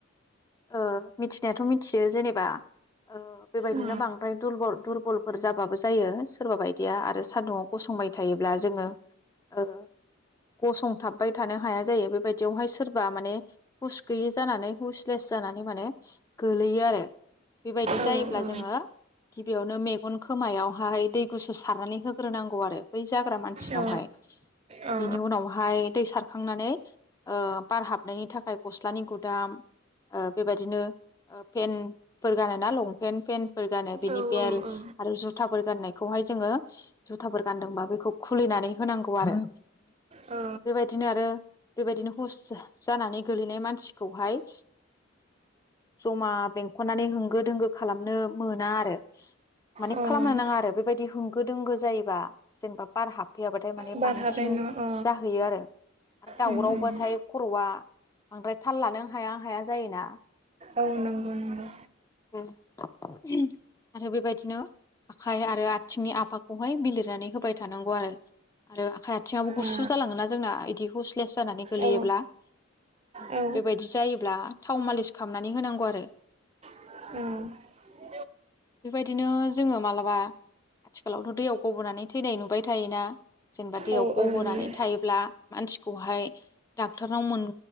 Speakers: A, on the left (about 15°); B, on the right (about 30°).
A: ओ मिथिनायाथ' मिथियो जेनेबा ओ बेबायदिनो
B: अ
A: बांद्राय दुरबल दुरबल फोर जाबाबो जायो सोरबााबायदि या आरो सान्दुंआव गसंबाय थायोब्ला जोङो ओ गसंथाबबाय थानो हाया जायो बेबायदियावहाय सोरबा माने हुस गैयि जानानै हुस लेस जानानै माने गोलैयो आरो बेबायदि
B: औ
A: जायोब्ला
B: औ
A: जोङो गिबियावनो मेग गन खोमायाव हाय दै गुसु सारनानै होग्रोनांगौ आरो बै ज जाग्रा मानसिनावहाय
B: अ अ औ
A: बिनि उनावहाय दै सारखां खांनानै बार हाबनायनि थाखाय गस्लानि गुदाम बेबायदिनो पेन्फोर गान ना लं पेन्ट पेन्ट फोर गानो बिनि
B: औ
A: बेल आरो जुथाफोर गाननाय बे खौहाय जोङो जुथाफोर गानदोंबा बेखौ खुलिनानै होनांगौ आरो
B: औ
A: बेबायदिनो आरो बेबायदिनो हुस जानानै गोलैनाय मानसिखौहाय जमा बेंखननानै होंगो दोंगो खालामनो मोना आरो माने
B: औ अ
A: खालामनो नाङा आरो बेबायदि गोदोंगो जायोबा जेनेबा बार हाब फैयाबाथाय माने
B: बार
A: बांसिन
B: हाबनाय नङा अ
A: जाहैयो आरो आरो दावरावबाथाय
B: उम उम
A: खर'आ ओमफ्राय थाल लानो आं हाया हाया जायोना
B: औ नंगौ नंगौ
A: <unintelligible> आरो बेबायदिनो आखाइ आरो आथिंनि आफाखौहाय बिलिरनानै होबाय थानांगौ आरो आरो आखा थिङाबो गुसु
B: औ
A: जालाङोना जोंना बिदि हुसलेस जानानै गोलैयोब्ला
B: औ
A: उम
B: औ
A: बेबायदि जायोब्ला थाव मालिस खालामनानै होनांगौ आरो
B: औ
A: बेबायदिनो जोङो मालाबा आथिखालावथ' दैयाव गब'नानै थैनाय नुबाय थायोना जेनेबा दैयाव
B: औ
A: गब'नानै
B: औ नुयो
A: थायोब्ला मानसिखौहाय डाक्टरनाव मोन